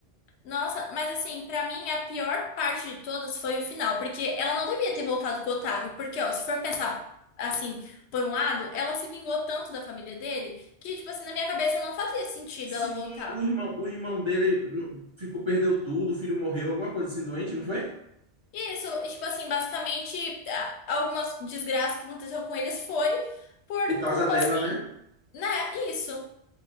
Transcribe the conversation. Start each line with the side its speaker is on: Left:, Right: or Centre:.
Left: Nossa, mas assim, pra mim a pior parte de todas foi o final, porque ela não devia ter voltado com o Otávio, porque ó, se for pensar assim, por um lado, ela se vingou tanto da família dele que, tipo assim, na minha cabeça não fazia sentido
Right: Sim,
Left: ela voltar.
Right: o irmão, o irmão dele hum, ficou, perdeu tudo, o filho morreu, alguma coisa assim doente, não foi?
Left: Isso, e, tipo assim, basicamente, a- algumas desgraças que aconteceu com eles foi por
Right: por causa
Left: culpa,
Right: dela,
Left: assim,
Right: né?
Left: né? Isso.